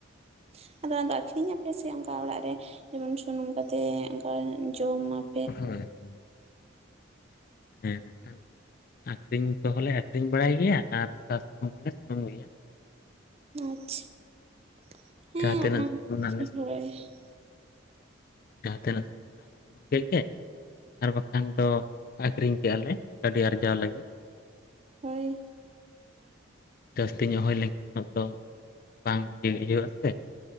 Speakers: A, on the right (about 30°); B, on the left (about 45°).
A: ᱾ ᱟᱫᱚ, ᱟᱫᱚ ᱟᱠᱷᱨᱤᱧᱟ ᱯᱮ? ᱥᱮ ᱥᱮ, ᱚᱱᱠᱟ ᱚᱲᱟᱜ ᱨᱮ ᱡᱮᱢᱚᱱ ᱥᱩᱱᱩᱢ ᱠᱟᱛᱮ, ᱚᱱᱠᱟ ᱡᱚᱢᱟᱯ
B: ᱦᱚᱭ, ᱦᱚᱭ ᱾ ᱦᱮᱸ, ᱱᱟᱠᱷᱟᱱ <inaudible> ᱟᱠᱷᱨᱤᱧ ᱠᱚᱦᱚᱸᱞᱮ, ᱟᱠᱷᱨᱤᱧ ᱵᱟᱲᱟᱭ ᱜᱮᱭᱟ ᱾ ᱟᱨ ᱚᱱᱠᱟ ᱥᱩᱱᱩᱢ ᱦᱚᱸᱞᱮ, ᱥᱩᱱᱩᱢ ᱜᱮᱭᱟ ᱾
A: ᱟᱪᱪᱷᱟ, ᱦᱮᱸᱻ <unintelligible>
B: ᱡᱟᱦᱟᱸ ᱛᱤᱱᱟᱹᱜ
A: ᱚᱱᱟᱢᱟ
B: ᱥᱩᱱᱩᱢ ᱨᱮᱱᱟᱜ ᱞᱮ
A: <unintelligible>
B: ᱡᱟᱦᱟᱸ ᱛᱱᱟ ᱥᱩᱱᱩᱢᱮᱱᱟ ᱾ <inaudible> ᱥᱩᱱᱩᱢ ᱠᱮᱫ ᱜᱮ ᱟᱨ ᱵᱟᱠᱷᱟᱱ ᱫᱚ, ᱟᱹᱷᱨᱤᱧ ᱠᱮᱜᱼᱟ ᱞᱮ ᱠᱟᱹᱣᱰᱤ ᱟᱨᱡᱟᱣ ᱞᱟᱹᱜᱤᱫ ᱾
A: ᱦᱳᱭ ᱾
B: ᱡᱟᱹᱥᱛᱤ ᱧᱚᱜ, ᱦᱩᱭ ᱞᱮᱱᱠᱷᱟᱱ ᱩᱱᱟᱹᱜ ᱫᱚ, ᱵᱟᱝ ᱜᱤ ᱦᱩᱭᱩᱜᱼᱟ ᱥᱮ?